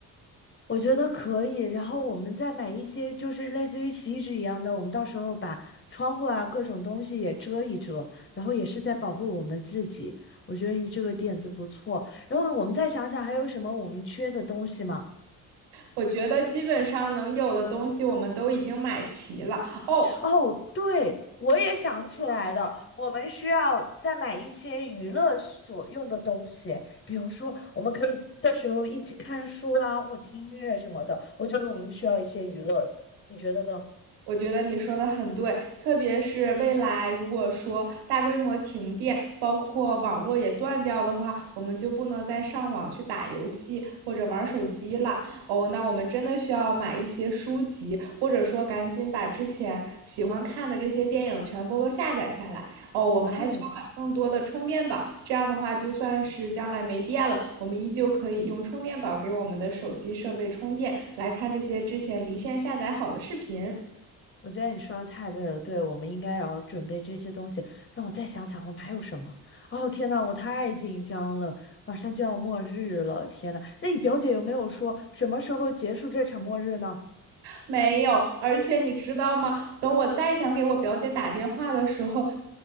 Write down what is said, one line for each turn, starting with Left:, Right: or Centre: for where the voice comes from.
Left: 我觉得可以，然后我们再买一些就是类似于洗衣纸一样的，我们到时候把窗户啊各种东西也遮一遮，然后也是在保护我们自己。我觉得你这个点子不错，然后我们再想想还有什么我们缺的东西吗？
Right: 我觉得基本上能有的东西我们都已经买齐了哦。
Left: 哦，对，我也想起来了，我们需要再买一些娱乐所用的东西，比如说我们可以到时候一起看书啦，或听音乐什么的。我觉得我们需要一些娱乐，你觉得呢？
Right: 我觉得你说的很对，特别是未来如果说大规模停电，包括网络也断掉的话，我们就不能再上网去打游戏或者玩手机了。哦，那我们真的需要买一些书籍，或者说赶紧把之前喜欢看的这些电影全部都下载下来。哦，我们还需要买更多的充电宝，
Left: 对。
Right: 这样的话，就算是将来没电了，我们依旧可以用充电宝给我们的手机设备充电，来看这些之前离线下载好的视频。
Left: 我觉得你说的太对了，对，我们应该也要准备这些东西。让我再想想，我们还有什么？哦，天呐，我太紧张了，马上就要末日了，天呐，那你表姐有没有说什么时候结束这场末日呢？
Right: 没有，而且你知道吗？等我再想给我表姐打电话的时候，